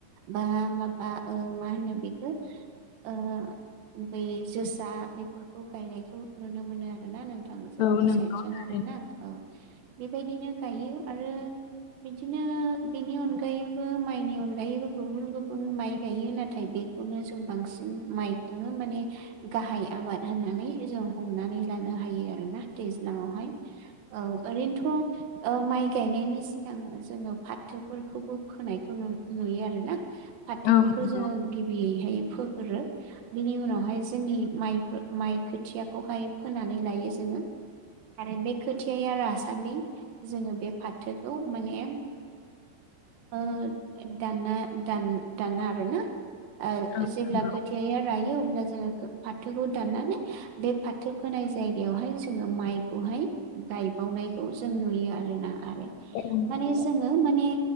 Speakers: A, on the right (about 90°); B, on the left (about 85°).
A: बा माबा ओ मा होनो बेखो? ओ बै जोसा बेफोरखौ गायनायखौ नुनो मोनो आरो ना नो थां जोंनि
B: औ नंगौ
A: सायदजों
B: थारैनो
A: आरो ना औ बेबायदिनो गायो। आरो बिदिनो बिनि अनगायैबो मायनि अनगायैबो गुबुन गुबुन माइ गायो। नाथाय बे खौनो जों बांसिन माइखौनो माने गाहाय आबाद होननानै जों हमनानै लानो हायो आरो ना। दैज्लांआवहाय औ ओरै नोथ' ओ माइ गायनायनि सिगां जोङो फाथोफोरखौबो फोनायखौ नु-नुयो आरो ना। फाथोफोरखौ
B: औ नंगौ
A: जोङो
B: थारैनो औ नंगौ
A: गिबियैहाय फोग्रो बिनि उनावहाय जोंनि मायफो माइ खोथियाखौहाय फोनानै लायो जोङो। आरो बे खोथायया रासान्दि जोङो बे फाथोखौ माने ओ दाना दान दाना आरो ना। आ
B: औ नंगौ
A: जेब्ला खोथियाया रायो अब्ला जोङो फाथोखौ दाननानै बे फाथो फोनाय जायगायावहाय जोङो माइखौहाय गायबावनाय खौ जों नुयो आरो ना। आरो
B: औ नंगौ
A: माने जोङो माने